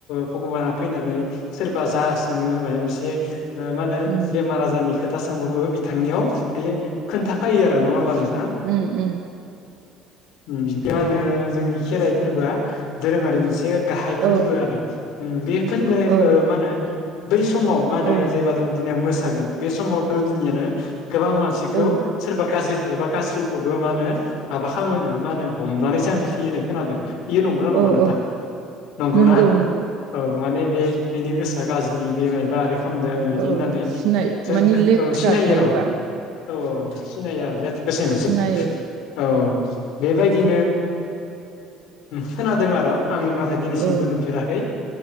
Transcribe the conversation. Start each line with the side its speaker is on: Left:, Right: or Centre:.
Left: भगबाना फैनानै सोरबा जा सोङो माबा मोनसे मा होनो
Right: उम
Left: बेमार आजारनि खोथा सोंबाबो बिथांनियाव बे खोन्थाफायो आरो नङा होनोमबा नों
Right: उम-उम
Left: मा होनो जोंनि खेराइ फोरबोआ दोरोङारि मोनसे गाहाय फोरबो
Right: औ
Left: आरो। बेफोरबो
Right: औ
Left: मा होनो बै समाव मा होनो
Right: औ
Left: जेबा दौदिनिया मोसागोन बे समाव दौदिनियानो गोबां मानसिखौ
Right: औ
Left: सोरबा गाज्रि थायोबा गाज्रिखौबो मा होनो माबा खामो मा होनो हमनानै जांख्रियोनो खोनादों? बेयो नंगौना नङा
Right: औ
Left: नोंथां
Right: औ
Left: नंगौना
Right: नंगौ नंगौ
Left: औ माने बे बेनि गोसोआ गाज्रि बेमाइ बारै खालामदों बिदि
Right: औ
Left: होननानै
Right: सिनायो
Left: जों
Right: मानि लेथ्रा
Left: औ सिनायो
Right: थायोबा
Left: र' औ औ सिनायो आरो
Right: सिनायो
Left: <unintelligible> औ बेबायदिनो खोनादों आरो आं नाथाय दिनैसिमबो
Right: औ
Left: नुफेराखै